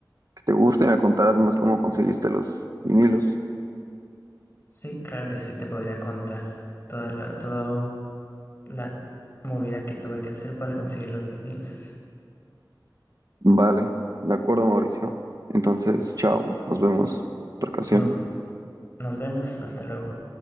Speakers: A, on the right; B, on the left.
A: que te gusta y me contarás más cómo conseguiste los vinilos.
B: Sí, claro que sí te podría contar toda la- todo, la movida que tuve que hacer para conseguir los vinilos.
A: Vale, de acuerdo, Mauricio. Entonces, chao, nos vemos en otra ocasión.
B: Nos, nos vemos, hasta luego.